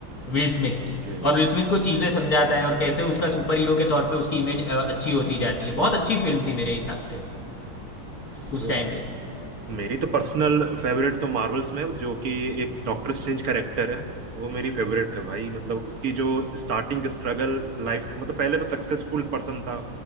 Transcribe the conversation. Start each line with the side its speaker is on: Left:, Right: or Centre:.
Left: विल स्मिथ
Right: ओके
Left: की और विल स्मिथ को चीज़ें समझाता है और कैसे उसका सुपर हीरो के तौर पे उसकी इमेज अच्छी होती जाती है बहुत अच्छी फिल्म थी मेरे हिसाब से
Right: ओ
Left: उस टाइम पे
Right: मेरी तो पर्सनल फेवरेट तो मार्वल्स में है, जो कि एक डॉक्टर स्ट्रेंज कैरेक्टर है वो मेरी फेवरेट है भाई मतलब उसकी जो स्टार्टिंग स्ट्रगल लाइफ मतलब पहले तो सक्सेसफुल पर्सन था